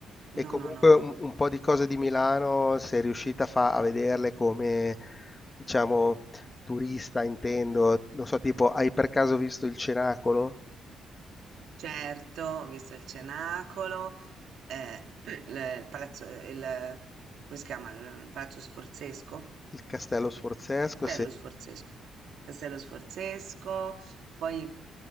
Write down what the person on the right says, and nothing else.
No,
no, no, no.
Certo, ho visto il Cenacolo, eh, <clears throat> il, il palazzo, il, come si chiama? Il, il palazzo Sforzesco.
Castello
Sforzesco. Castello Sforzesco, poi